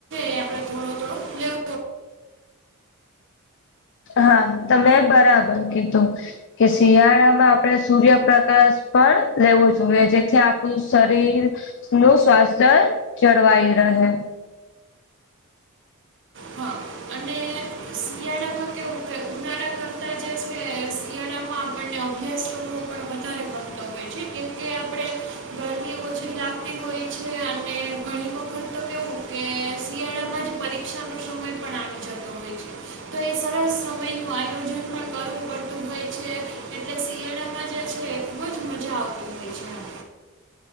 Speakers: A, on the right (about 55°); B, on the left (about 55°).
A: એ આપડે થોડો થોડો લેવ
B: હા ત મેં બરાબર કીધું કે શિયાળામાં આપણે સૂર્યપ્રકાશ પણ લેવો જોઈએ જેથી આપણું શરીર નું સ્વાસ્થ્ય જળવાઈ રહે
A: હા અને શિયાળામાં કે ઉનાળા કરતાં જે છે શિયાળામાં આપણને અભ્યાસ કરવો પણ વધારે કરમતો હોય છે કેમકે આપણે ગરમી ઓછી લાગતી હોય છે અને ઘણી વખત તો કેવું કે શિયાળામાં જ પરીક્ષા નો સમય પણ આવી જતો હોય છે તો એ સરસ સમયનું આયોજન પણ કરવું પડતું હોય છે એટલે શિયાળામાં જે છે બવજ મજા હો છે.